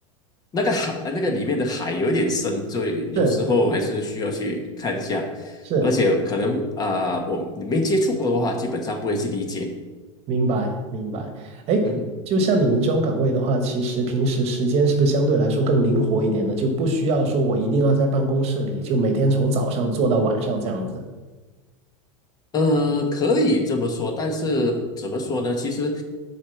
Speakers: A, on the left; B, on the right.
A: 那个海，那个里面的海有点深，所以有时候还是需要去看一下。
B: 是是，
A: 而且可能啊、我你没接触过的话，基本上不会去理解。
B: 明白，明白。哎，
A: 嗯，
B: 就像你们这种岗位的话，其实平时时间是不是相对来说更灵活一点呢？就不需要说我一定要在办公室里，就每天从早上做到晚上这样子。
A: 呃，可以这么说，但是怎么说呢？其实